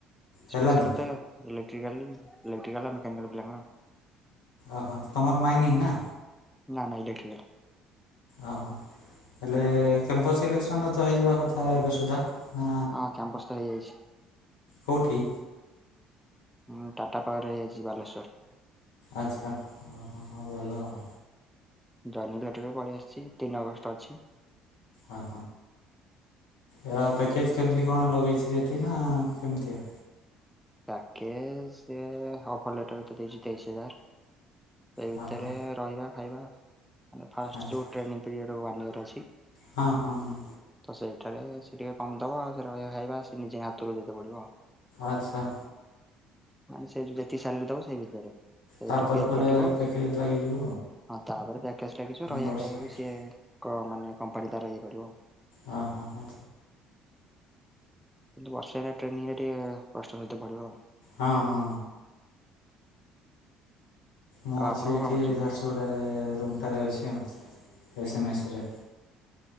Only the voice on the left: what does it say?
ହେଲାନି
ଅହ ତମର ମାଇନିଂ ନା।
ଅ ହ ହେଲେ କ୍ୟାମ୍ପସ୍ ସିଲେକ୍ସନ୍ ତ ହେଇଯିବା କଥା ଏବେ ସୁଦ୍ଧା। ନା
କୋଉଠି?
ଆଚ୍ଛା ହଁ ହଁ ଭଲ ଆଉ।
ଅହ ଏ ପ୍ୟାକେଜ୍ କେମିତି କଣ ଲଗେଇଛି ଏଠି ନା କେମିତିଆ?
ହଁ
ହଁ
ଆଚ୍ଛା
ହଁ ହଁ ହଁ।
ଆଚ୍ଛା।
ତାପରେ
ପରେ
ପ୍ୟାକେଜ୍ ଲାଗିଯିବ
ବର୍ଷେ
ପରେ
ହଁ ହଁ ହଁ।
ହଁ ହଁ ମୁଁ
ଅଛି
ଏଠି
ଝାରସୁ ଗୁଡ଼ା ରେ ରୁମ୍ ଟାରେ ଅଛି ଆଉ। ଏସ୍-ମେସେ ରେ।